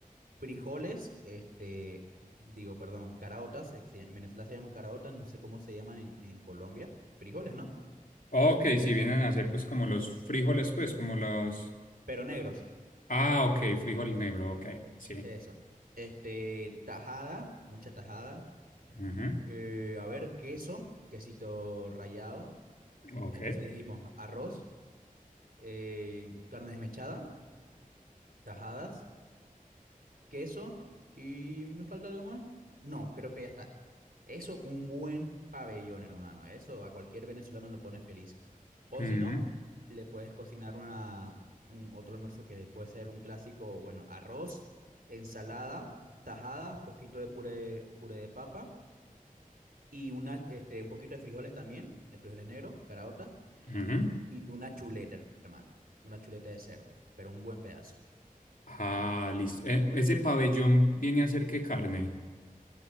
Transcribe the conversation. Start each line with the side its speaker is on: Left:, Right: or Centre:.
Right: frijoles, este, digo, perdón, caraotas, se- se- en Venezuela se llaman caraotas, no sé cómo se llaman en, en Colombia, frijoles, ¿no?
Left: Ok, si vienen a hacer pues como los frijoles, pues como los...
Right: Pero negros,
Left: Ah, ok, frijol negro, ok, sí.
Right: eso. Este, tajada, mucha tajada,
Left: Ujú,
Right: eh, a ver, queso, quesito rallado,
Left: Ok.
Right: entonces dijimos arroz, eh, carne desmechada, tajadas queso y me falta algo más. No, creo que ya está. Eso, un buen pabellón, hermano. Eso a cualquier venezolano lo pone feliz. O
Left: ujú,
Right: si no, le puedes cocinar una, un- otro almuerzo que puede ser un clásico, bueno, arroz, ensalada, tajada, poquito de puré, puré de papa y una, este, un poquito de frijoles también, de frijoles negros, caraotas,
Left: ujú.
Right: y una chuleta, hermano. Una chuleta de cerdo, pero un buen pedazo.
Left: Ah, listo. Eh, ¿ese pabellón viene a ser qué carne?